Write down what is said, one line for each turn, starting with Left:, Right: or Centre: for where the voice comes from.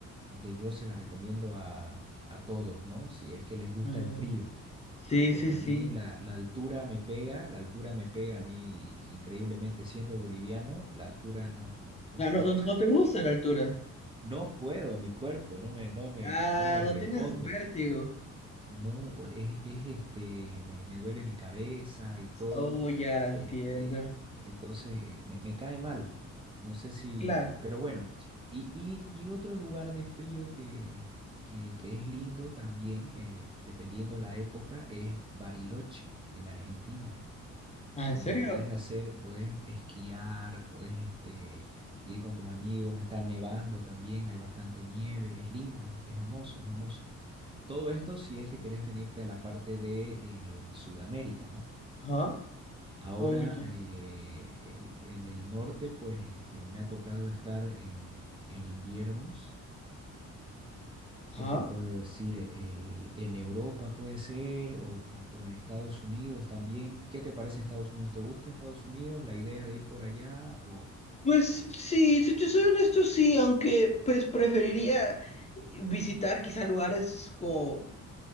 Right: que yo se la recomiendo a, a todos, ¿no? Si es que les gusta
Left: Ah,
Right: el frío,
Left: Sí,
Right: porque
Left: sí, sí.
Right: a mí la, la altura me pega, la altura me pega a mí increíblemente siendo boliviano, la altura no, no, no
Left: Ah,
Right: puedo.
Left: no, no, no
Right: <laughs>
Left: te gusta la altura.
Right: No puedo, mi cuerpo no me, no me,
Left: Ah,
Right: no me responde.
Left: no tienes vértigo.
Right: No, es, es, este, me, me duele mi cabeza y todo,
Left: Oh, ya entiendo.
Right: este, entonces me, me cae mal, no sé si,
Left: Claro.
Right: pero bueno, y, y, y otro lugar de frío que, que, que es lindo también, eh, dependiendo la época, es Bariloche, en Argentina
Left: Ah, ¿en
Right: donde
Left: serio?
Right: podés hacer, podés esquiar, podés este, ir con tus amigos, está nevando también, hay bastante nieve, es lindo, es, es hermoso, es hermoso. Todo esto si es que querés venirte a la parte de eh, Sudamérica, ¿no?
Left: Ajá.
Right: Ahora
Left: Oye.
Right: eh, eh, en el norte, pues este, me ha tocado estar en, en inviernos
Left: Ajá.
Right: ¿Qué te puedo decir? El, en Europa puede ser o, o- o en Estados Unidos también. ¿Qué te parece Estados Unidos? ¿Te gusta Estados Unidos? ¿La idea de ir por allá? O...
Left: Pues sí, si te soy honesto, sí, aunque pues preferiría visitar quizá lugares como